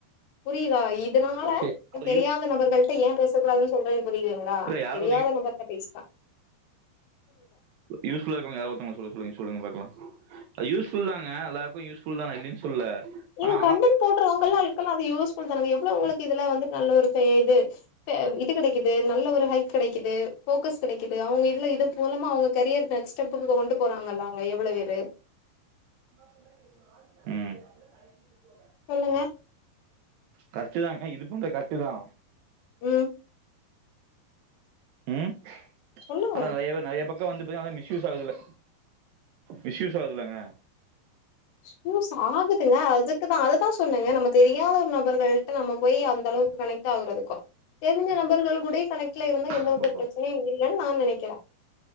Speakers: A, on the left; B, on the right.
A: புரியுதா இதனால
B: சரி. யாராவது
A: தெரியாத நபர்களிட்ட ஏ பேசக் கூடாதுன்னு சொல்றேனு புரியுதுங்களா
B: இல்ல யாராவது
A: தெரியாத நபர்ட்ட பேசிதா
B: யூஸ்ஃபுல்லா இருக்குவங்க யாராவது ஒருத்தங்க சொல்ல சொல்லுங்க சொல்லுங்க பாக்கலா அது யூஸ்ஃபுல் தாங்க எல்லாருக்கு யூஸ்ஃபுல் தா நா இல்லனு சொல்ல
A: ஏங்க
B: ஆனா ஆனா
A: கண்டன் போடறவங்கள்ளா இருக்கலா அது யூஸ்ஃபுல் தானங்க எவ்ளோ உங்களுக்கு இதுல வந்துட்டு நல்ல ஒரு பேஜு இப்ப இது கிடைக்குது நல்ல ஒரு ஹைப் கெடைக்குது போக்கஸ் கிடைக்குது அவங்க இதுல இது மூலமா அவங்க கரியர் நெக்ஸ் ஸ்டேப்புக்குகிட்ட கொண்டு போறாங்கல்லா அவ்ங்க எவ்வளவேரு
B: ம்
A: சொல்லுங்க
B: கரட்டு தாங்க இது ப இந்த கரட்டு தா
A: ம்
B: ம்
A: சொல்லுங்க
B: ஆனா நெறைய பே நெறைய பக் இப்ப வந்து பாத்து ஆனா மிஸ்யூஸ் ஆகறதில்ல மிஸ்யூஸ் ஆகுதுலங்க
A: ஷூஸ் ஆகுதுங்க அதுக் குதா அதுதா சொன்ன எ நம்ம தெரியாத ஒரு நபர்களிட்ட நம்ம போய் அந்த அளவுக்கு கனெக்ட் ஆகுறதுக்கு தெரிஞ்ச நபர்கள் கூடேயே கணெக்ட்ல இருந்தா எந்த
B: ஓ
A: வித பிரச்சனையு இல்லன்னு நா நெனைக்கிற